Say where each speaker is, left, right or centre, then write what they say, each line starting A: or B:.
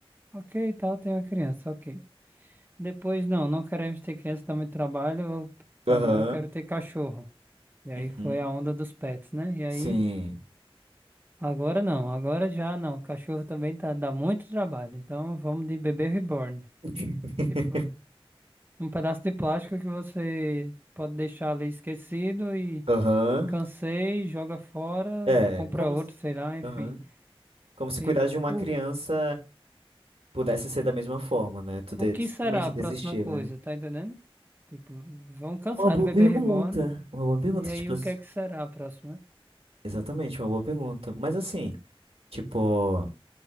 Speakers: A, on the right; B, on the right.
A: Ok, tal, tenho uma criança, ok. Depois, não, não queremos ter criança, dá muito trabalho. eu-
B: Aham.
A: agora eu quero ter cachorro. E aí
B: Uhum.
A: foi a onda dos pets, né? E aí,
B: Sim.
A: agora não, agora já não. Cachorro também tá, dá muito trabalho. Então vamos de bebê reborn.
B: <laughs>
A: Tipo, um pedaço de plástico que você pode deixar ali esquecido e
B: Aham.
A: cansei, joga fora,
B: É,
A: compra
B: como.
A: outro,
B: se-
A: sei lá, enfim.
B: Aham. Como se
A: Ele,
B: cuidar de uma
A: o,
B: criança pudesse ser da mesma forma, né? Tu de-
A: o que
B: simplesmente
A: será a
B: desistir,
A: próxima coisa,
B: né?
A: tá entendendo? Tipo, vão cansar
B: Uma boa
A: do bebê
B: pergunta.
A: reborn.
B: Uma boa pergunta,
A: E aí,
B: tipo,
A: o
B: ass-
A: que é que será a próxima?
B: exatamente, uma boa pergunta. Mas assim, tipo,